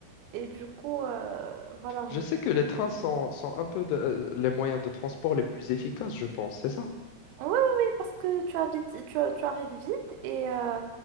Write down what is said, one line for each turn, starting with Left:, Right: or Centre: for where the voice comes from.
Right: Et du coup, euh, voilà,
Left: Je sais que les trains sont, sont un peu de- euh, les moyens de transport les plus efficaces, je pense, c'est ça?
Right: Oui, oui, oui, parce que tu as vite, tu, as- tu arrives vite et, euh,